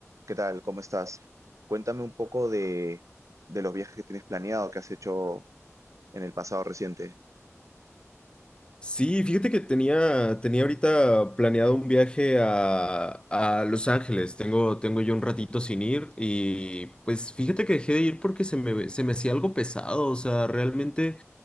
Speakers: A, on the right (about 80°); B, on the left (about 20°).
A: ¿Qué tal? ¿Cómo estás? Cuéntame un poco de, de los viajes que tienes planeado, que has hecho en el pasado reciente.
B: Sí, fíjate que tenía, tenía ahorita planeado un viaje a, a Los Ángeles. Tengo, tengo yo un ratito sin ir y pues fíjate que dejé de ir porque se me, se me hacía algo pesado. O sea, realmente,